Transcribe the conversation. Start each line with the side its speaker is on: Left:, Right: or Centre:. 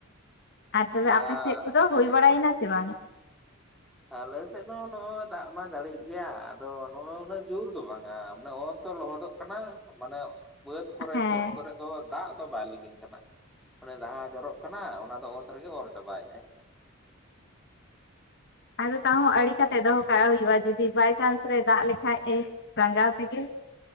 Left: ᱟᱨ ᱛᱚᱵᱮ
Centre: ᱟᱨ
Left: ᱟᱯᱮ ᱥᱮᱫ ᱠᱚᱫᱚ ᱦᱩᱭ ᱵᱟᱲᱟᱭ ᱱᱟᱥᱮ ᱵᱟᱝ?
Centre: ᱟᱞᱮ ᱥᱮᱫ ᱫᱚ ᱱᱚᱜᱼᱚᱭ ᱫᱟᱜ ᱢᱟ ᱫᱟᱲᱤᱭᱮᱫ ᱜᱮᱭᱟ᱾ ᱟᱫᱚ ᱱᱚᱜᱼᱚᱭ ᱩᱱᱟᱹᱜ ᱡᱳᱨ ᱫᱚ ᱵᱟᱝᱟ᱾ ᱢᱟᱱᱮ ᱚᱛ ᱛ ᱞᱚᱦᱚᱫᱚᱜ ᱠᱟᱱᱟ᱾ ᱠᱟᱱᱟ, ᱢᱟᱱᱮ ᱵᱟᱹᱫᱽ ᱠᱚᱨᱮ
Left: ᱦᱮᱸ
Centre: ᱠᱷᱮᱛ ᱠᱚᱨᱮ᱾ ᱫᱚ ᱫᱟᱜ ᱫᱚ ᱵᱟᱭ ᱞᱤᱸᱜᱤᱱ ᱠᱟᱱᱟ᱾ ᱚᱱᱮ ᱡᱟᱦᱟᱸ ᱡᱚᱨᱚᱜ ᱠᱟᱱᱟ ᱚᱱᱟ ᱫᱚ ᱚᱛ ᱨᱮᱜᱮ ᱚᱨ ᱪᱟᱵᱟᱭᱮᱫᱼᱟ᱾
Left: ᱟᱫᱚ ᱛᱟᱦᱚᱸ ᱦᱚᱸ ᱟᱲᱮ ᱠᱟᱛᱮ ᱫᱚᱦᱚ ᱠᱟᱜ ᱦᱩᱭᱩᱜᱼᱟ᱾ ᱡᱩᱫᱤ ᱵᱟᱭ ᱪᱟᱱᱥ ᱨᱮ ᱫᱟᱜ ᱞᱮᱠᱷᱟᱡ ᱮ᱾ ᱨᱟᱸᱜᱟᱣ ᱛᱮᱜᱮ